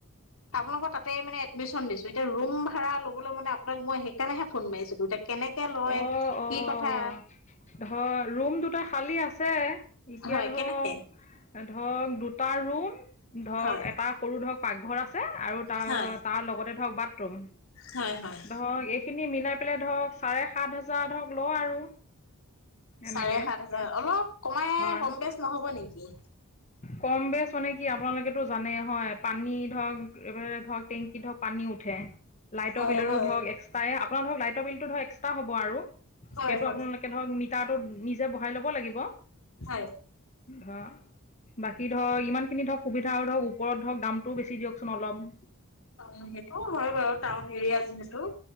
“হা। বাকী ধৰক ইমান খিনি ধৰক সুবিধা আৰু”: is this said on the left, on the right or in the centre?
Left